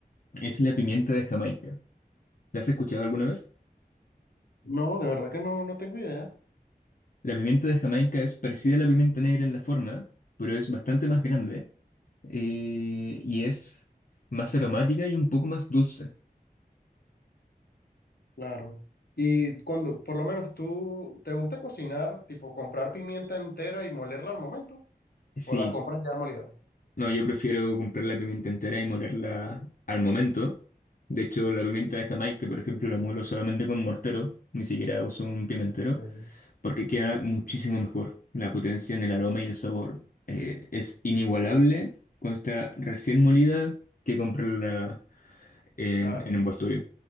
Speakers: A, on the left; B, on the left.
A: es la pimienta de Jamaica. ¿La has escuchado alguna vez?
B: No, de verdad que no, no tengo idea.
A: La pimienta de Jamaica es parecida a la pimienta negra en la forma, pero es bastante más grande eh, y es más aromática y un poco más dulce.
B: Claro. Y cuando, por lo menos tú, ¿te gusta cocinar, tipo comprar pimienta entera y molerla al momento?
A: Sí,
B: ¿O la compras ya molida?
A: no, yo prefiero comprar la pimienta entera y molerla al momento. De hecho, la pimienta de Jamaica, por ejemplo, la muelo solamente con mortero, ni siquiera uso un pimentero,
B: Sí.
A: porque queda muchísimo mejor. La potencia en el aroma y el sabor eh, es inigualable cuando está recién molida que comprarla en,
B: Claro.
A: en envoltorio.